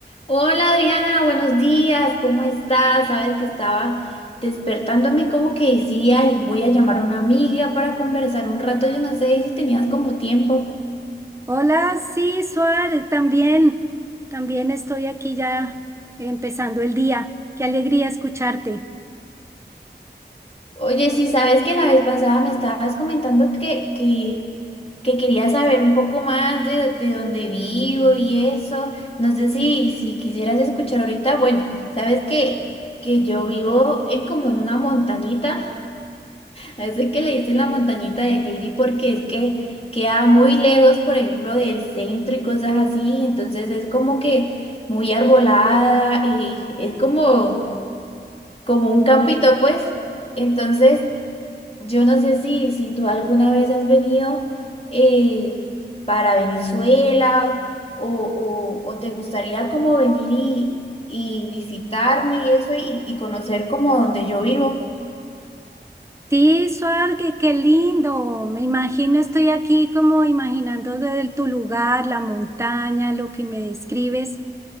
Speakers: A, on the left (about 35°); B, on the right (about 15°).
A: Hola Adriana, buenos días, ¿cómo estás? Sabes que estaba despertándome como que decía y voy a llamar a una amiga para conversar un rato, yo no sé si tenías como tiempo.
B: Hola, sí, Suar, también, también estoy aquí ya empezando el día. Qué alegría escucharte.
A: Oye, sí, sabes que la vez pasada me estabas comentando que, que, que querías saber un poco más de, de dónde vivo y eso, no sé si, si quisieras escuchar ahorita, bueno, sabes que, que yo vivo en como en una montañita. A ese que le dicen la montañita de Heidi porque es que queda muy lejos, por ejemplo, del centro y cosas así, entonces es como que muy arbolada y es como, como un campito, pues. Entonces, yo no sé si, si tú alguna vez has venido eh, para Venezuela o, o- o te gustaría como venir y, y visitarme y eso y, y conocer como donde yo vivo.
B: Sí, Suar, qué, qué lindo. Me imagino, estoy aquí como imaginando desde tu lugar, la montaña, lo que me describes.